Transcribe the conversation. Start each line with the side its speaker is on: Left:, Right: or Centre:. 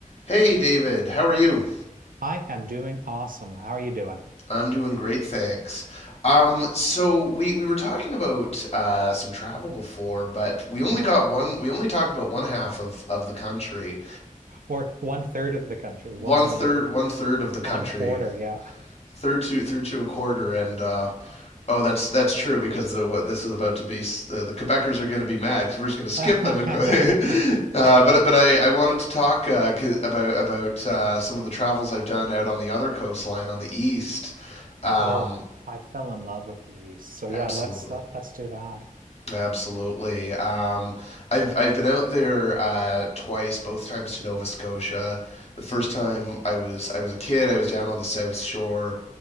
Left: Hey David, how are you?
Right: I am doing awesome. How are you doing?
Left: I'm doing great, thanks. Um, so we we were talking about uh, some travel before, but we only
Right: Yeah.
Left: got one. We only talked about one half of of the country,
Right: Or one third of the country,
Left: one
Right: one
Left: third
Right: uh,
Left: one third of the
Right: one
Left: country,
Right: quarter. Yeah.
Left: third to through to a quarter. And uh, oh, that's that's true because the, what this is about to be s- the, the Quebecers are going to be mad because we're just going to skip
Right: <laughs>
Left: them and go. <laughs> uh, but but I, I wanted to talk uh, c- about about uh, some of the travels I've done out on the other coastline on the east. Um,
Right: Oh, I fell in love with the East. So yeah,
Left: Absolutely.
Right: let's let, let's do that.
Left: Absolutely. Um, I've I've been out there uh, twice, both times to Nova Scotia. The first time I was I was a kid, I was down on the South Shore,